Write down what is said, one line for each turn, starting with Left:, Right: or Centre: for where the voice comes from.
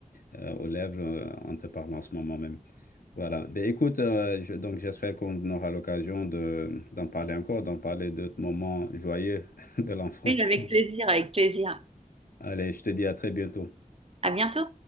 Left: euh, aux lèvres euh, en te parlant en ce moment même. Voilà. Ben, écoute, euh, je- donc j'espère qu'on aura l'occasion de, d'en parler encore, d'en parler d'autres moments joyeux <laughs> de l'enfance.
Right: Oui, avec plaisir, avec plaisir.
Left: Allez, je te dis à très bientôt.
Right: À bientôt.